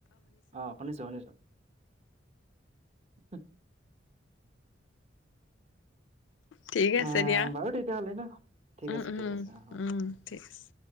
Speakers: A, on the right; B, on the left.
A: অঁ শুনিছোঁ শুনিছোঁ। অ। <unintelligible>
B: ঠিক আছে
A: এ
B: দিয়া
A: বাৰু তেতিয়া হ'লে ন ঠিক
B: উম
A: আছে
B: উম
A: ঠিক আছে অ হ'ব।
B: উম ঠিক আছে